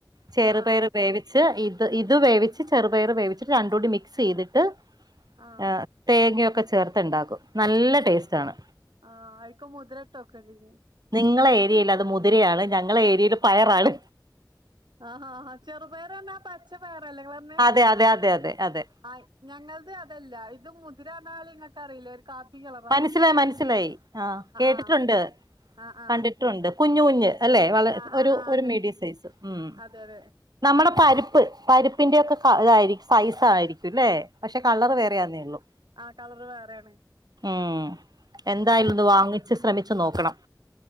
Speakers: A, on the right (about 60°); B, on the right (about 80°).
A: ചെറു
B: ആഹ് ആഹ്
A: പയറ് വേവിച്ച്, ഇത് ഇത് വേവിച്ച് ചെറുപയർ വേവിച്ചിട്ട്, രണ്ണ്ടും കൂടി മിക്സ് ചെയ്തിട്ട്
B: ആഹ്
A: ഏ തേങ്ങൊക്കെ ചേർത്ത്ണ്ടാക്കും, നല്ല ടേസ്റ്റ് ആണ്.
B: ആഹ ആയിക്കോ മുത്രട്ട് വക്കുലെനി.
A: നിങ്ങളെ ഏരിയയിൽ അത് മുതിരയാണ്. ഞങ്ങള ഏരിയയിൽ പയറാണ്.
B: ആഹ് ആ ആ ചെറുപേറ്ന്ന പച്ച പേർ അല്ലെ ങ്ങള്
A: അതെ അതെ അതെ അതെ അതെ.
B: ആ ഞങ്ങളത് അതല്ല. ഇത് മുതിരന്നറഞ്ഞാല് നിങ്ങക്ക് അറിയില്ലെ ഒരു, കാപ്പി കള
A: മനസ്സിലായി, മനസ്സിലായി. ആഹ കേട്ടിട്ടുണ്ട്.
B: ആഹ് ആഹ് ആഹ്
A: കണ്ടിട്ടുണ്ട്. കുഞ് കുഞ്ഞ് അല്ലെ. വളരെ
B: ആഹ് ആഹ്
A: ഒരു
B: ആഹ്
A: ഒരു
B: അതന്നെ
A: മീഡിയം സൈസ് ഉം.
B: അതെ അതെ
A: നമ്മടെ പരിപ്പ് പരിപ്പിന്റോക്കെ ക ഇതായിരിക്കും സൈസ് ആയിരിക്കുംല്ലേ. പക്ഷെ കളറ് വേറെയാന്നേ ഉള്ളൂ.
B: ആ കളറ് വേറെയാണ്.
A: ഉം എന്തായാലും ഒന്ന് വാങ്ങിച്ച് ശ്രമിച്ചു നോക്കണം.